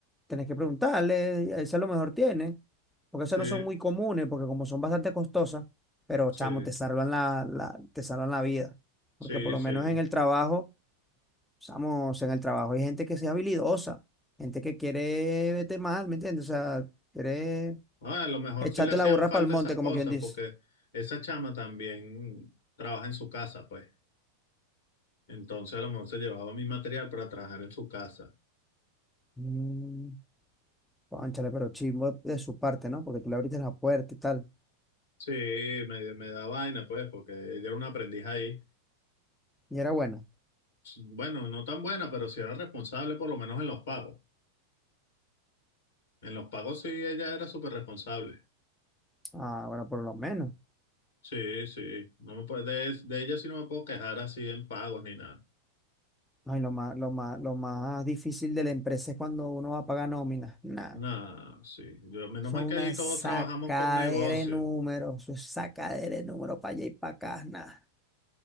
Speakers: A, in the centre; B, on the left.
A: Tenés que preguntarle, esa a lo mejor tiene. porque esas
B: Sí,
A: no son muy comunes, porque como son bastante costosas, pero
B: sí,
A: chamo, te salvan la, la- te salvan la vida. Porque
B: sí,
A: por lo
B: sí.
A: menos en el trabajo, chamo, o sea, en el trabajo hay gente que sea habilidosa, gente que quiere vete mal, ¿me entiendes? O sea, quiere
B: Ah, a lo mejor
A: echarte
B: sí le hacían
A: la burra
B: falta
A: para el monte,
B: esas
A: como
B: cosas,
A: quien dice.
B: porque esa chama también trabaja en su casa, pues. Entonces a lo mejor se llevaba mi material para trabajar en su casa.
A: Mm, cónchale, pero chismo de, de su parte, ¿no? Porque tú le abriste la puerta y tal.
B: Sí, me, me da vaina, pues, porque ella era una aprendiz ahí.
A: Y era buena.
B: Bueno, no tan buena, pero sí era responsable, por lo menos en los pagos. En los pagos sí, ella era súper responsable.
A: Ah, bueno, por lo menos.
B: Sí, sí. No me puedo de, de ella sí no me puedo quejar así en pagos ni nada.
A: Ay, lo más, lo más, lo más difícil de la empresa es cuando uno va a pagar nómina. Nah,
B: Nada, sí. Yo, menos
A: Eso
B: mal
A: es
B: que
A: una
B: ahí todos
A: sacadera
B: trabajamos por negocio.
A: de números, eso es sacadera de números para allá y para acá, nada.